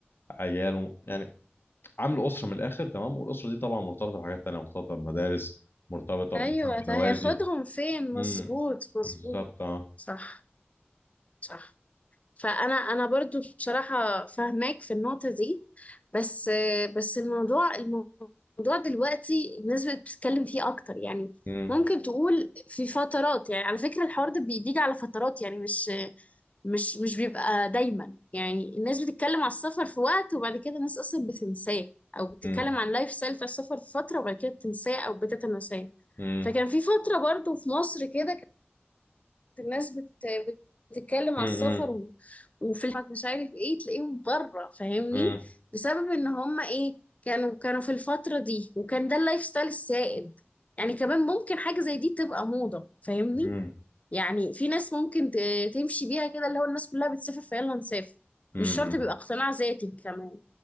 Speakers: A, on the left; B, on the left.
A: عياله يعني عامل اسرة من الاخر تمام والاسرة دي طبعا مرتبطة بحاجات تانية مرتبطة بمدارس مرتبطة
B: ايوه
A: مثلا بنوادي
B: ده هياخدهم فين مظبوط
A: امم
B: مظبوط
A: بالظبط اه
B: صح صح فانا انا برضو بصراحه فاهماك في النقطه دي بس بس الموضوع الموضوع دلوقتي الناس بقت بتتكلم فيه اكتر يعني
A: امم
B: ممكن تقول في فترات يعني على فكرة الحوار ده بي- بيجي على فترات يعني مش مش مش بيبقى دايما يعني الناس بتتكلم على السفر في وقت وبعد كده الناس اصلا بتنساه او بتتكلم
A: امم
B: عن لايف ستايل بتاع السفر في فترة وبعد كده بتنساه او بتتناساه
A: امم
B: فكان في فترة برضو في مصر كده الناس بت... بتتكلم على
A: امم
B: السفر و... وفي الحج مش عارف ايه تلاقيهم بره فاهمني
A: امم
B: بسبب ان هم ايه كانوا كانوا في الفترة دي وكان ده اللايف ستايل السائد يعني كمان ممكن حاجة زي دي تبقى موضة فاهمني
A: امم
B: يعني في ناس ممكن ت... تمشي بيها كده اللي هو الناس كلها بتسافر فيلا نسافر
A: امم
B: مش شرط بيبقى اقتناع ذاتي كمان